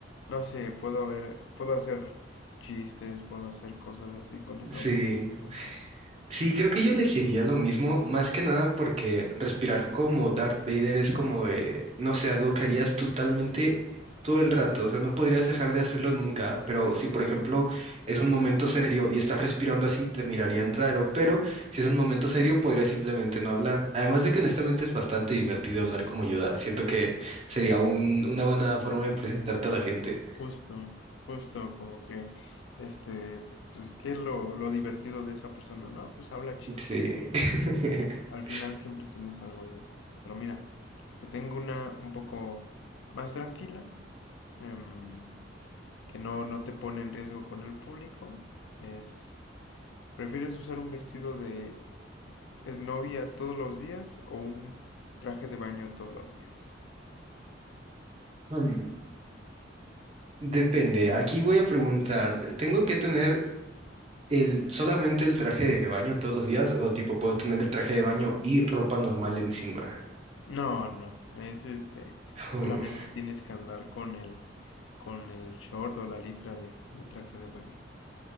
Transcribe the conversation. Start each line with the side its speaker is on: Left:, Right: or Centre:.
Left: no sé, puedo ver, puedo hacer chistes, puedo hacer cosas así con esa
Right: Sí.
Left: voz. Entonces,
Right: Sí, creo que yo elegiría lo mismo, más que nada porque respirar como Darth Vader es como, eh, no sé, algo que harías totalmente todo el rato, o sea, no podrías dejar de hacerlo nunca, pero si por ejemplo es un momento serio y estás respirando así, te mirarían raro, pero si es un momento serio, podrías simplemente no hablar. Además de que honestamente es bastante divertido hablar como Yoda, siento que sería un- una buena forma de presentarte a la gente.
Left: justo, justo como que, este, pues, ¿qué es lo, lo divertido de esa persona? No, pues habla chistos.
Right: Sí. <laughs>
Left: Pues, al final siempre tienes algo divertido. Pero mira, te tengo una un poco más tranquila, em, que no, no te pone en riesgo con el público. Es, ¿prefieres usar un vestido de es novia todos los días o un traje de baño todos los días?
Right: Mm, Depende. Aquí voy a preguntar, ¿tengo que tener el, solamente el traje de baño todos los días o tipo puedo tener el traje de baño y ropa normal encima? <laughs>
Left: No, no, es este,
Right: Hmm.
Left: solamente tienes que andar con el, con el short o la licra de, de traje de baño.